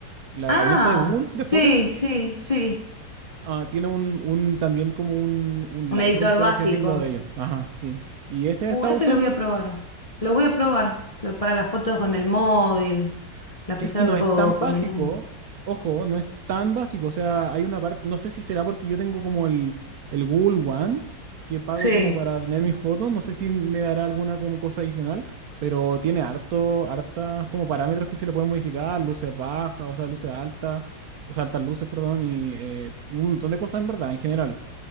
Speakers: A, on the right; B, on the left.
A: la
B: Ah,
A: herramienta de Google de
B: sí,
A: fotos,
B: sí, sí.
A: ah, tiene un, un- también como un, un
B: Un
A: Lightroom,
B: editor
A: por
B: básico.
A: así decirlo, de ellos. Ajá, sí. Y ese
B: Uh,
A: he estado
B: ese
A: usando.
B: lo voy a probar. Lo voy a probar. Lo, para las fotos con el móvil, las que
A: Sí,
B: salgo
A: y no es tan
B: caminando.
A: básico, ojo, no es tan básico, o sea, hay una parte, no sé si será porque yo tengo como el, el Google One, que pago
B: Sí,
A: como para tener mis fotos, no sé si me dará alguna como cosa adicional, pero tiene harto, hartas como parámetros que se le pueden modificar, luces bajas, o sea, luces altas, o sea, altas luces, perdón, y eh, un montón de cosas en verdad, en general,